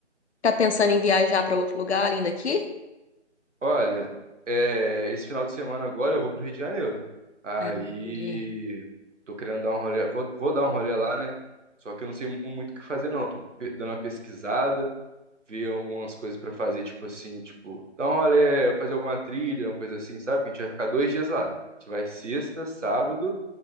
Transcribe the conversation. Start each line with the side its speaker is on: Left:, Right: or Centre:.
Left: tá pensando em viajar pra outro lugar além daqui?
Right: Olha, é, esse final de semana agora eu vou pro Rio de Janeiro. Aí
Left: Ah, entendi.
Right: tô querendo dar um rolê, vou, vou dar um rolê lá, né? Só que eu não sei mu- muito o que fazer, não. Tô pe- dando uma pesquisada. ver algumas coisas pra fazer, tipo assim, tipo, dar um rolê, fazer alguma trilha, uma coisa assim, sabe? A gente vai ficar dois dias lá. A gente vai sexta, sábado